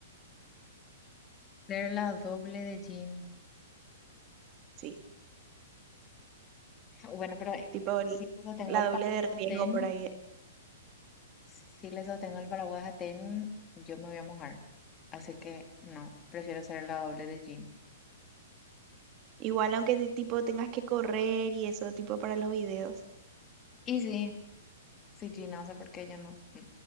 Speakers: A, on the left; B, on the right.
A: Ser la doble de Jim
B: Sí,
A: Bueno, pero eh,
B: tipo el-
A: si le sostengo
B: la
A: el
B: doble
A: paraguas
B: de
A: a
B: riesgo
A: Ten,
B: por ahí.
A: si le sostengo el paraguas a Ten, yo me voy a mojar. Así que no, prefiero ser la doble de Jean.
B: Igual aunque te- tipo tengas que correr y eso, tipo para los videos.
A: Y sí, si Jean hace porque yo no mm,